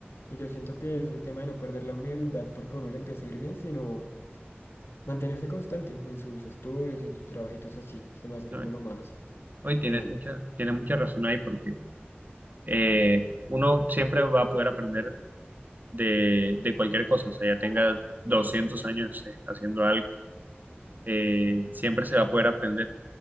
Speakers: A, on the left (about 70°); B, on the right (about 45°).
A: Y yo siento que es el tema de no perder la humildad porque a uno le empieza a ir bien, sino mantenerse constante en sus estudios, en sus trabajitos así, se me hace
B: ¿no?
A: como lo más
B: Hoy tienes
A: idóneo.
B: mucha, tienes mucha razón ahí porque eh, uno siempre va a poder aprender de, de cualquier cosa, o sea, ya tenga 200 años eh, haciendo algo, eh, siempre se va a poder aprender.